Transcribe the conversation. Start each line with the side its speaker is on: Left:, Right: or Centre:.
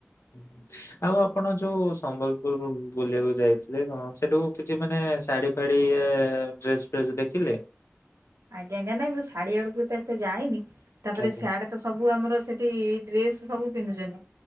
Left: ହୁଁ ‌ହୁଁ। ଆଉ ଆପଣ ଯୋଉ ସମ୍ବଲପୁର ବୁ ବୁଲିଆକୁ ଯାଇଥିଲେ କଣ ସେଠୁ କିଛି ମାନେ ଶାଢୀ ଫାଡି ଏ ଡ୍ରେସ୍ ଫ୍ରେସ୍ ଦେଖିଲେ?
Right: ଆଜ୍ଞା ଆଜ୍ଞା ନାଇଁ ମୁଁ ଶାଢୀ ଆଡ଼ୁକୁ ତ ଏତେ ଯାଇନି ତାପରେ
Left: ଆଜ୍ଞା
Right: ସିଆଡେ ତ ସବୁ ଆମର ସେଠି ଡ୍ରେସ୍ ସବୁ ପିନ୍ଧୁଛନ୍ତି